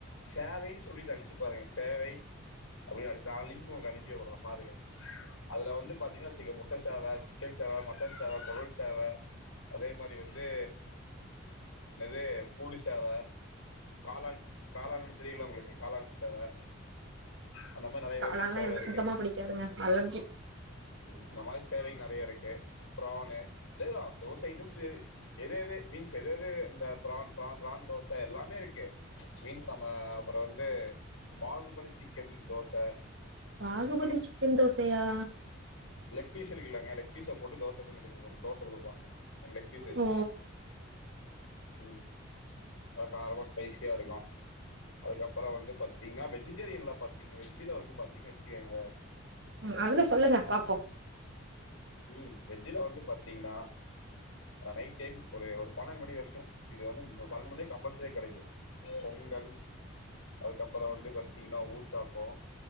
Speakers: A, on the left; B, on the right.
A: சேவைன் சொல்லிட்டு அடிச்சு பாருங்க சேவை அப்டின் அடிச்சு அது லிங்க் உங்களுக்கு அனுப்பி உட்றே பாருங்க அதுல வந்து பாத்தீங்கன்னு வச்சிங்க முட் ட்ட சேவ சிக்கன் சேவ மட்டன் சேவ கொடல் சேவ அதே மாரி வந்து நேது பூண்டு சேவ காளான் காளான்னு தெரியுல உங்களுக்கு காளான் சேவ அந்த மாரி நறைய வெரைட்டிஸ்
B: அதெல்லா
A: சேவ
B: எனக்கு
A: இருக்கு
B: <unintelligible> அலர்ஜி
A: ம் இந்த மாரி சேவை நறைய இருக்கு ப்ரான்னு அதேதா தோசைட்டும் சேவு எது எது மீன்ஸ் எது எது இந்த பிரான் பிரான் பிரான் தோச எல்லாமே இருக்கு மீன்ஸ் நம்ம அப்புறோ வந்து பாகுபலி சிக்கன் தோச
B: பாகுபலி
A: அந்த மாரி
B: சிக்கன் தோசையா
A: லெக் பீஸ் இருக்குலங்க லெக் பீஸ போட்டு தோச பண்ணிட்டு <unintelligible> தோச குடுப்பாங்க அ லெக் பீஸ்ஸ வெச்சி
B: ஓ
A: ம் அது காரமா ஸ்பைசியா இருக்கு அதுக்கப்புற வந்து பாத்தீங்ன்னா வெஜிடேரியன்ல பாத்தீங்க வெஜ்ஜில வந்து பாத்தீங்ன்னு வச்சிக்கோங்க
B: ம் அதுல சொல்லுங்க பாப்பு
A: ம் வெஜ்ஜில வந்து பாத்தீங்ன்னா அ நைட் டைம் ஒரு ஒரு பன்னண்டு மணி வரிக்கு இது வந்து நீங் ம பன்னண்டு மணிய கம்பல்சரியா கெடைக்கு பொங்கல் அதுக்கப்புற வந்து பாத்தீங்ன்னா ஊத்தாப்போ